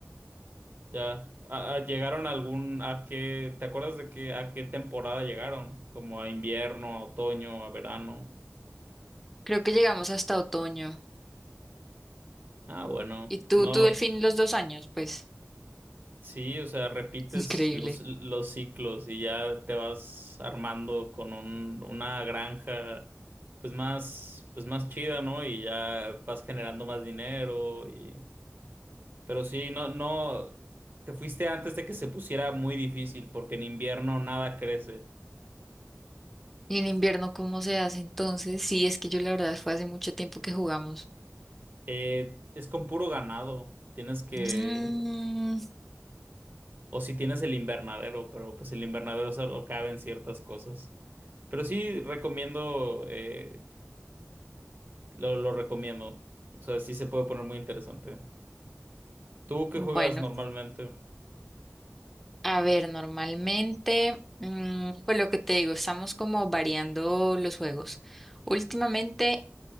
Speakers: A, on the right; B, in the centre.
A: ya. ¿A- a- ¿Llegaron a algún, a qué, te acuerdas de qué, a qué temporada llegaron? Como a invierno, a otoño, a verano.
B: Creo que llegamos hasta otoño.
A: Ah, bueno.
B: ¿Y tú,
A: No.
B: tú, Delfín los dos años, pues?
A: Sí, o sea, repites
B: Increíble.
A: los, los ciclos y ya te vas armando con un- una granja pues más, pues más chida, ¿no? Y ya vas generando más dinero y... Pero sí, no, no, te fuiste antes de que se pusiera muy difícil porque en invierno nada crece.
B: ¿Y en invierno cómo se hace entonces? Sí, es que yo la verdad fue hace mucho tiempo que jugamos.
A: Eh, es con puro ganado, tienes que...
B: Mm,
A: O si tienes el invernadero, pero pues el invernadero solo caben ciertas cosas. Pero sí recomiendo... eh, Lo, lo recomiendo. O sea, sí se puede poner muy interesante. ¿Tú qué
B: bueno,
A: juegas normalmente?
B: a ver, normalmente, mm, pues lo que te digo, estamos como variando los juegos. Últimamente